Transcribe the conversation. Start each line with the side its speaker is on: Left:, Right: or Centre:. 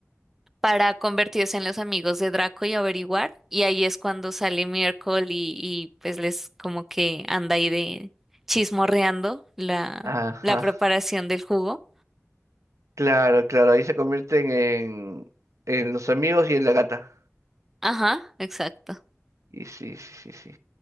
Centre: para convertirse en los amigos de Draco y averiguar. Y ahí es cuando sale Miracle y, y pues les como que anda ahí de chismorreando la,
Right: Ajá.
Centre: la preparación del jugo.
Right: Claro, claro, ahí se convierten en, en los amigos y en la gata.
Centre: Ajá, exacto.
Right: Y sí, sí, sí, sí.